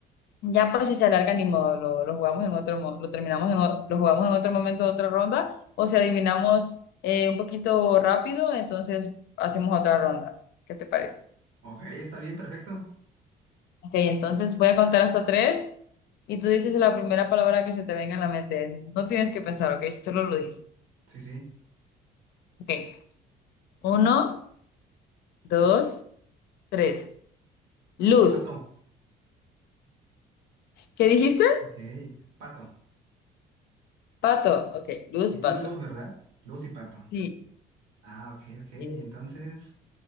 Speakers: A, on the left; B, on the right.
A: Ya pues si se alarga ni modo, lo, lo jugamos en otro, mo- lo terminamos en, o- lo jugamos en otro momento, de otra ronda, o si adivinamos eh, un poquito rápido, entonces hacemos otra ronda. ¿Qué te parece?
B: Ok, está bien, perfecto.
A: Ok, entonces voy a contar hasta tres y tú dices la primera palabra que se te venga en la mente. No tienes que pensar, ok, solo lo dices.
B: Sí, sí.
A: Ok, uno, dos, tres. Luz.
B: Pato.
A: ¿Qué dijiste?
B: Ok. Pato.
A: Pato. Ok, luz,
B: Y tú,
A: pato.
B: Luz, ¿verdad? Luz y Pato.
A: Sí.
B: Ah, ok, ok. Entonces,
A: Eh,